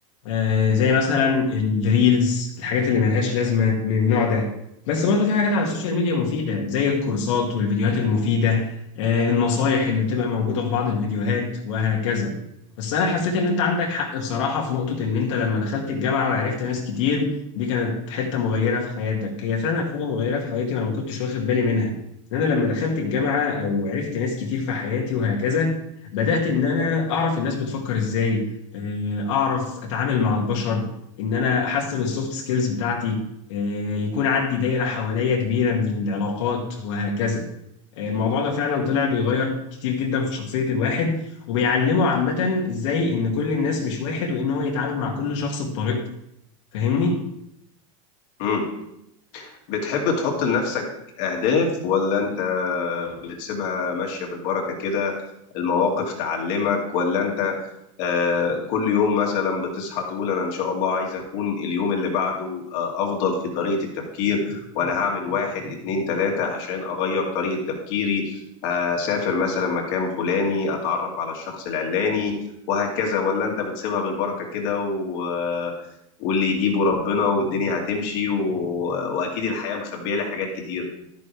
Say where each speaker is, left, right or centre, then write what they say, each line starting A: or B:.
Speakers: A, on the left (about 65°); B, on the left (about 45°).
A: آه زي مثلا الريلز الحاجات اللي ملهاش لازمه من النوع ده بس برضو في حاجات على السوشيال ميديا مفيده زي الكورسات والفيديوهات المفيده آه النصايح اللي بتبقى موجوده في بعض الفيديوهات وهكذا بس انا حسيت ان انت عندك حق بصراحه في نقطه ان انت لما دخلت الجامعه وعرفت ناس كتير دي كانت حته مغيره في حياتك هي فعلا حاجه مغيره في حياتي وانا ما كنتش واخد بالي منها ان انا لما دخلت الجامعه او عرفت ناس كتير في حياتي وهكذا بدات ان انا اعرف الناس بتفكر ازاي آه، اعرف اتعامل مع البشر ان انا احسن السوفت سكيلز بتاعتي آه، يكون عندي دايره حواليا كبيره من العلاقات وهكذا آه، الموضوع ده فعلا طلع بيغير كتير جدا في شخصيه الواحد وبيعلمه عامه ازاي ان كل الناس مش واحد وان هو يتعامل مع كل شخص بطريقته فاهمني
B: مم. بتحب تحط لنفسك اهداف ولا انت بتسيبها ماشية بالبركة كده المواقف تعلمك ولا انت آه، كل يوم مثلا بتصحى تقول انا ان شاء الله عايز اكون اليوم اللي بعده آه، افضل في طريقة التفكير وانا هعمل واحد اتنين تلاتة عشان اغير طريقة تفكيري اسافر مثلا مكان فلاني اتعرف على الشخص العلاني وهكذا ولا انت بتسيبها بالبركة كده و... آه، واللي يجيبه ربنا والدنيا هتمشي و... واكيد الحياة مخبية لي حاجات كتير